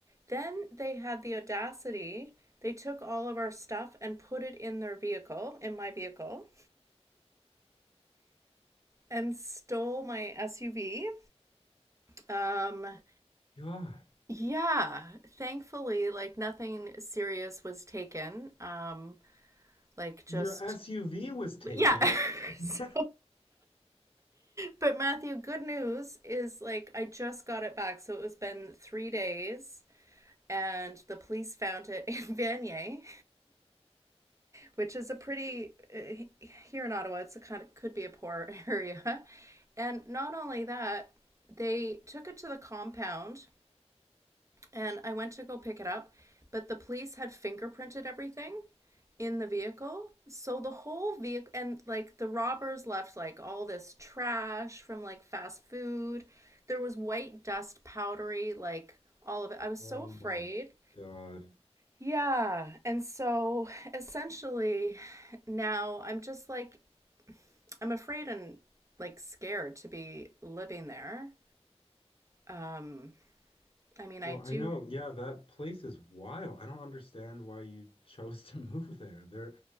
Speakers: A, on the right (about 30°); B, on the left (about 55°).
A: Then they had the audacity. They took all of our stuff and put it in their vehicle, in my vehicle, and stole my SUV. Um,
B: God.
A: yeah, thankfully, like nothing serious was taken. Um, like just,
B: Your SUV was taken.
A: yeah. <laughs>
B: <laughs>
A: So, but Matthew, good news is like I just got it back. So it was been three days and the police found it in <laughs> Vanier, which is a pretty uh, here in Ottawa. It's a kind of could be a poor <laughs> area, and not only that, they took it to the compound, and I went to go pick it up, but the police had fingerprinted everything in the vehicle. So the whole vehicle and like the robbers left like all this trash from like fast food. There was white dust, powdery, like all of it. I was
B: Oh
A: so afraid.
B: my God.
A: Yeah. And so essentially now I'm just like I'm afraid and like scared to be living there. Um, I mean, I
B: Well,
A: do.
B: I know,
A: <laughs>
B: yeah, that place is wild. I don't understand why you chose to <laughs> move there. There,